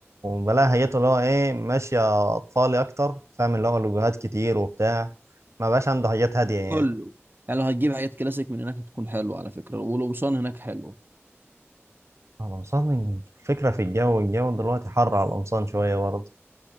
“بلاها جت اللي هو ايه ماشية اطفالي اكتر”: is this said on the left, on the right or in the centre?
Right